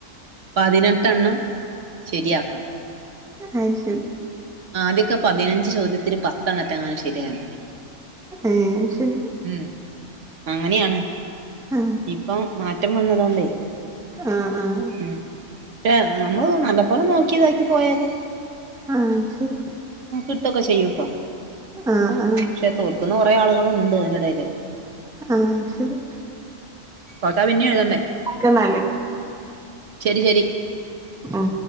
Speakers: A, on the right; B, in the centre.
A: പതിനെട്ടെണ്ണം ശരിയാക്കണം
B: അയ് ശരി
A: ആദ്യക്കെ പതിനഞ്ച് ചോദ്യത്തില് പത്തെണ്ണിട്ട അങ്ങനെ ശരിയായൽ മതി
B: ഏ ശരി
A: ഉം അങ്ങനെയാണ്
B: ആ
A: ഇപ്പൊ മാറ്റം വന്നതോണ്ടേ
B: ആഹ് ആഹ്
A: ഉം പക്ഷെ നമ്മള് നല്ല പോലെ നോക്കി ഇതാക്കി പോയാല്
B: ആഹ് ശരി
A: ആഹ് കിട്ടോക്കെ ചെയ്യുട്ടോ
B: ആഹ് ആഹ്
A: പക്ഷെ തോൽക്കുന്ന കുറെ ആളുകളും ഉണ്ട് അതിനിടയിൽ
B: ആഹ് ശെരി
A: തോറ്റാ പിന്ന്യെഴുതണ്ടേ
B: ഓക്കെന്നാല്
A: ശെരി ശെരി
B: ഉം